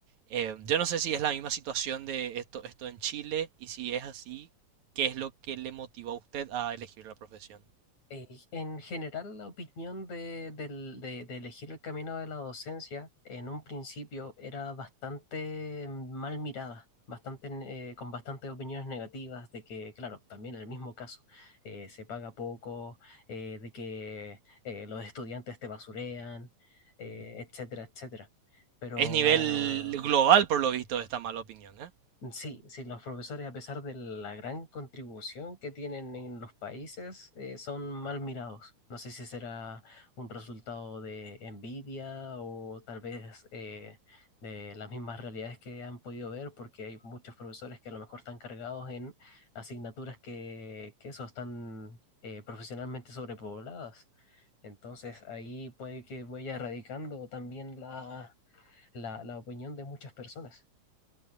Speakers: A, on the right (about 70°); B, on the left (about 60°).
A: Eh, yo no sé si es la misma situación de esto, esto en Chile y si es así, ¿qué es lo que le motivó a usted a elegir la profesión?
B: eh, en general, la opinión de, del- de- de elegir el camino de la docencia en un principio era bastante mal mirada, bastante, eh, con bastantes opiniones negativas de que, claro, también en el mismo caso, eh, se paga poco, eh, de que eh, los estudiantes te basurean, eh, etcétera, etcétera. Pero
A: Es nivel
B: ah,
A: global, por lo visto, esta mala opinión, ¿eh?
B: Mm, Sí, sí, los profesores, a pesar de la gran contribución que tienen en los países, eh, son mal mirados. No sé si será un resultado de envidia o tal vez eh, de las mismas realidades que han podido ver, porque hay muchos profesores que a lo mejor están cargados en asignaturas que, que eso, están eh, profesionalmente sobrepobladas. Entonces ahí puede que vaya erradicando también la, la la opinión de muchas personas.